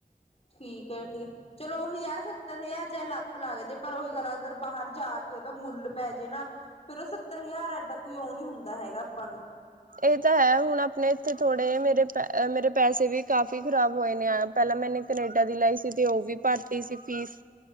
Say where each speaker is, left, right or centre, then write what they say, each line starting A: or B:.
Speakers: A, on the left; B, on the right.
A: ਠੀਕ ਹੈ ਠੀਕ ਹੈ ਚਲੋ ਉਹੀ ਹੈ ਸੱਤਰ ਹਜ਼ਾਰ ਚਾਹੇ ਲੱਖ ਲੱਗ ਜੇ ਪਰ ਉਹੀ ਗੱਲ ਅਗਰ ਬਾਹਰ ਜਾ ਕੇ ਉਹਦਾ ਮੁੱਲ ਪੈ ਜੇ ਨਾ ਫੇਰ ਉਹ ਸੱਤਰ ਹਜ਼ਾਰ ਐਡਾ ਕੋਈ ਉਹ ਨੀ ਹੁੰਦਾ ਹੈਗਾ ਆਪਾਂ ਨੂੰ
B: ਇਹ ਤਾਂ ਹੈ ਹੁਣ ਆਪਣੇ ਇੱਥੇ ਥੋੜੇ ਮੇਰੇ ਪ ਮੇਰੇ ਪੈਸੇ ਵੀ ਕਾਫ਼ੀ ਖ਼ਰਾਬ ਹੋਏ ਨੇ ਆ ਪਹਿਲਾਂ ਮੈਨੇ ਕਨੇਡਾ ਦੀ ਲਾਈ ਸੀ ਤੇ ਉਹ ਵੀ ਭਰਤੀ ਸੀ ਫੀਸ